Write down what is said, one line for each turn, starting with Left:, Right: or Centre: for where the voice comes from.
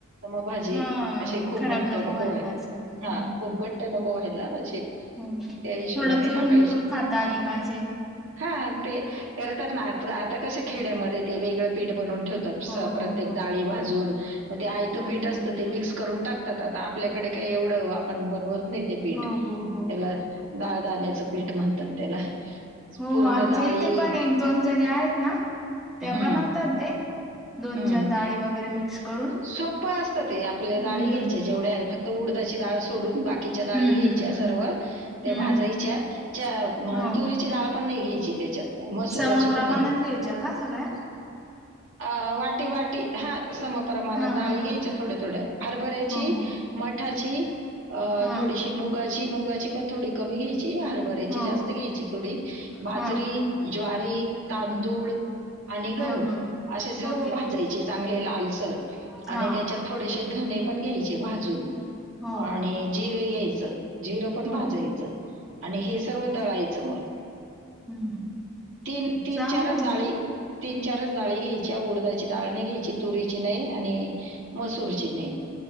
Right: मग भाजी
Centre: हा
Right: असशी खूप
Centre: खराब
Right: घट्ट नको व्हायला
Centre: असं.
Right: हा
Centre: हम्म.
Right: खूप घट्ट नको व्हायला अशी
Centre: हो
Right: त्या हिशोबाने
Centre: थोडं चुरून
Right: टाकायचे
Centre: मुरून खाता आली पाहिजे.
Right: हा ते करतात ना आ आता कश खेड्यामध्ये ते वेगळं पीठ बनून ठे
Centre: हो
Right: प्रत्येक
Centre: हो हो.
Right: डाळी भाजून मग ते आं
Centre: हा
Right: पीठ
Centre: हा
Right: असतं ते मिक्स करून टाकत आता आपल्याकडे काही एवढं आपण बनवत नाही ते पीठ
Centre: हो
Right: त्याला
Centre: हो हो.
Right: डाळदाण्याचं पीठ म्हणतात त्याला
Centre: हो
Right: पूर्ण
Centre: आमच्या
Right: डाळी
Centre: इथे पण एक दोन जणी आहेत ना त्या
Right: हम्म
Centre: बनवतात ते दोन
Right: हम्म
Centre: चार डाळी वगैरे मिक्स करून.
Right: सोपं असत ते आपल्या
Centre: हम्म.
Right: डाळी घ्यायच्या जेवढ्या फक्त उडादाची डाळ सोडून बाकीच्या डाळी
Centre: हम्म
Right: घ्यायच्या
Centre: हम्म हम्म
Right: सर्व त्या
Centre: हम्म
Right: भाजायच्या त्या
Centre: हो
Right: तुरीची डळ पण नाही घ त्याच्यात मसुराची
Centre: सम प्रमाणात
Right: पण नाही
Centre: घ्यायच्या का सगळ्या
Right: अ वाटी वाटी हा समप्रमाणात
Centre: हा
Right: डाळी
Centre: हा
Right: घ्यायच्या
Centre: हा
Right: थोड्या थोड्या हरभऱ्याची
Centre: हो हो.
Right: मठाची अ
Centre: हा
Right: थोडीशी मुगाची मुगाची पन थोडी कमी घ्यायची हरभऱ्याची
Centre: हो
Right: जास्त घ्यायची थोडी बाजरी
Centre: हा
Right: ज्वारी तांदूळ आणि गहू
Centre: हा हा
Right: असे सर्व
Centre: ओके
Right: भाजायचे चांगले लालसर
Centre: हा
Right: आणि त्याच्यात थोडेसे धणे पण घ्यायचे भाजून
Centre: हो
Right: आणि जिरे घ्यायचं जिरं पण
Centre: हो
Right: भाजायचं आणि हे सर्व दळायचं मग,
Centre: हम्म
Right: तीन तीन
Centre: चांगलं
Right: चारच
Centre: आहे
Right: डाळी
Centre: ना
Right: तीन चारच डाळी घ्यायच्या, उडदाची डाळ नाही घ्यायची तुरीची नाही आणि मसूरची नाही,